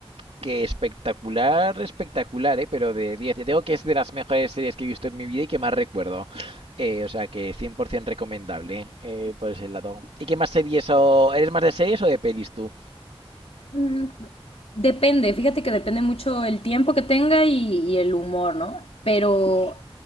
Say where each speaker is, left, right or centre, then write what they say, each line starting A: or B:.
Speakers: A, on the right; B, on the left.
A: que espectacular, espectacular, ¿eh? pero de diez, Yo digo que es de las mejores series que he visto en mi vida y que más recuerdo. Eh, o sea que 100% recomendable eh, por ese lado. ¿Y qué más series o... ¿Eres más de series o de pelis tú?
B: Mm, Depende, fíjate que depende mucho el tiempo que tenga y, y el humor, ¿no? Pero